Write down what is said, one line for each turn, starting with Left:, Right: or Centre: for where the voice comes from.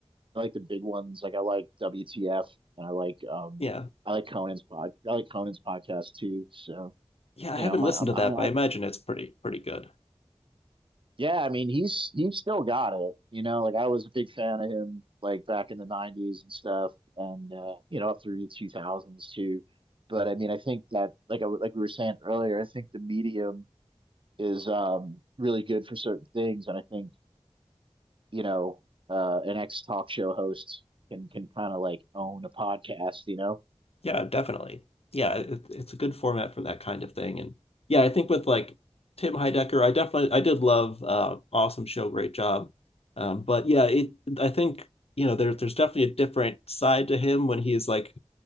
Right: I like the big ones. Like I like WTF and I like um
Left: Yeah,
Right: I like Conan's pod. I like Conan's podcast too. So
Left: yeah. I
Right: you
Left: haven't
Right: know, my
Left: listened
Right: I'm,
Left: to
Right: I
Left: that,
Right: don't.
Left: but
Right: I,
Left: I imagine it's pretty pretty good.
Right: yeah, I mean, he's he's still got it. You know, like I was a big fan of him like back in the '90s and stuff, and uh, you know, up through the 2000s too. But I mean, I think that like I like we were saying earlier, I think the medium is um really good for certain things, and I think you know, uh, an ex talk show host can can kind of like own a podcast. You know.
Left: Yeah, definitely. Yeah, it, it's a good format for that kind of thing. And yeah, I think with like Tim Heidecker, I definitely I did love uh, awesome show, great job. Um, but yeah, it I think you know there's there's definitely a different side to him when he is like